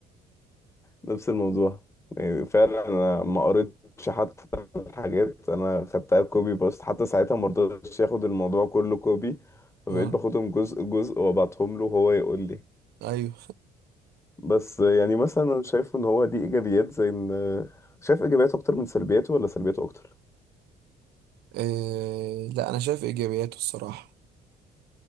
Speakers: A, on the left; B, on the right.
A: نفس الموضوع يعني فعلا انا ما قريتش حتى الحاجات انا خدتها كوبي بس حتى ساعتها ما رضيتش ياخد الموضوع كله كوبي فبقيت
B: اه
A: باخدهم جزء جزء وابعتهم له وهو يقول لي
B: ايوه
A: بس يعني مثلا انا شايف ان هو دي ايجابيات زي ان شايف ايجابياته اكتر من سلبياته ولا سلبياته اكتر
B: آه لا انا شايف ايجابياته الصراحه